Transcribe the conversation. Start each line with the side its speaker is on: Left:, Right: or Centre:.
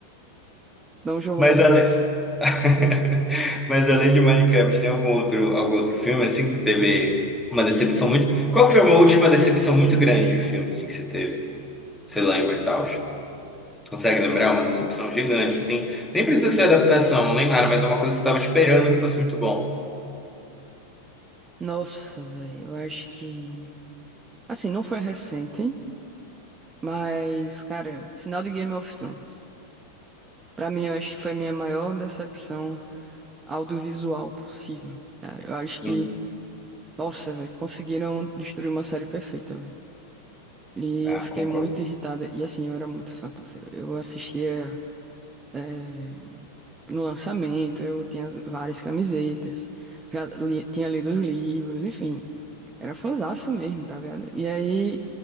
Right: não jogou
Centre: Mas
Right: Minecraft.
Centre: além... <laughs> Mas além de Minecraft, tem algum outro, algum outro filme assim que tu teve uma decepção muito. Qual foi uma última decepção muito grande de filme assim que você teve? Você lembra e tal? Consegue lembrar uma decepção gigante assim? Nem precisa ser adaptação, nem nada, mas é uma coisa que você estava esperando que fosse muito bom.
Right: Nossa, velho, eu acho que. Assim, não foi recente, mas, cara, final de Game of Thrones. Pra mim, eu acho que foi a minha maior decepção audiovisual possível, cara. Eu acho que
Centre: Hum,
Right: Nossa, velho, conseguiram destruir uma série perfeita, velho. E
Centre: ah,
Right: eu fiquei
Centre: concordo.
Right: muito irritada. E assim, eu era muito fã, parceiro. Eu assistia eh, no lançamento, eu tinha várias camisetas, já li- tinha lido os livros, enfim. Era fãzaça mesmo, tá ligado? E aí